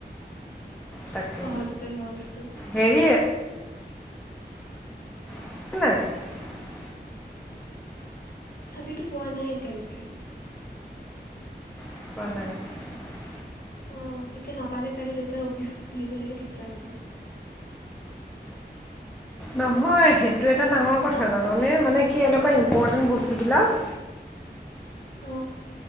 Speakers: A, in the centre; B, on the left.
A: তাকে
B: সহজতে হোৱা বস্তু।
A: হেৰি <unintelligible>
B: চাবিতো পোৱা নাই এতিয়ালৈকে।
A: <unintelligible>
B: অ এতিয়া নাপালে কাইলৈ দেউতাৰ অফিচ খুলিবলৈকে দিগদাৰ হ'ব।
A: নহয় সেইটো এটা ডাঙৰ কথা জাননে মানে কি এনেকুৱা ইম্পৰ্টেণ্ট বস্তুবিলাক।
B: <unintelligible> অ